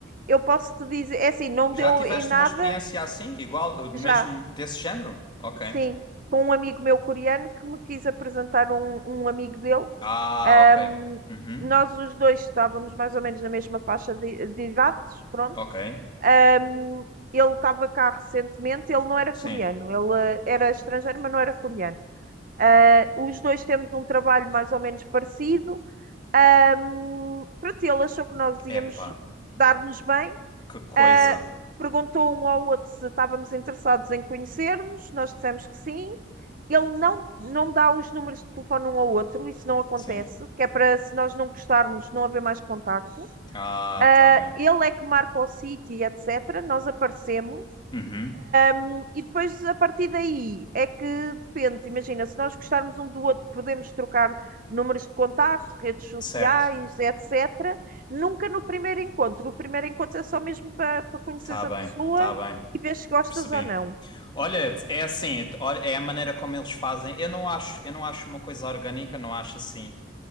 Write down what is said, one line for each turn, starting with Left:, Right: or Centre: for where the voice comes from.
Right: eu posso te dizer, é assim, não
Left: Já
Right: deu
Left: tiveste
Right: em nada
Left: uma experiência assim, igual, eh, mesmo
Right: já,
Left: desse género? Ok.
Right: sim, com um amigo meu coreano que me quis apresentar um, um amigo dele.
Left: Ah,
Right: Ahm,
Left: ok. Uhum.
Right: nós os dois estávamos mais ou menos na mesma faixa de, de idades, pronto.
Left: Ok.
Right: Ahm, ele estava cá recentemente, ele não era
Left: Sim.
Right: coreano, ele eh, era estrangeiro, mas não era coreano. Uh, os dois temos um trabalho mais ou menos parecido. Um, pronto, ele achou que nós íamos
Left: Epá,
Right: dar-nos bem.
Left: que coisa.
Right: Uh, perguntou um ao outro se estávamos interessados em conhecer-nos. Nós dissemos que sim. Ele não, não dá os números de telefone um ao outro, isso não acontece,
Left: Sim.
Right: que é para se nós não gostarmos não haver mais contacto.
Left: Ah,
Right: Uh,
Left: tá bem.
Right: ele é que marca o sítio, etc. Nós aparecemos.
Left: Uhum.
Right: Um, e depois, a partir daí, é que depende. Imagina, se nós gostarmos um do outro, podemos trocar números de contacto, redes sociais,
Left: Certo.
Right: etc. Nunca no primeiro encontro. O primeiro encontro é só mesmo para para conheceres
Left: Tá bem,
Right: a pessoa
Left: tá bem.
Right: e ver se gostas
Left: Percebi.
Right: ou não.
Left: Olha, é assim, é- olha, é a maneira como eles fazem. Eu não acho, eu não acho uma coisa orgânica, não acho assim.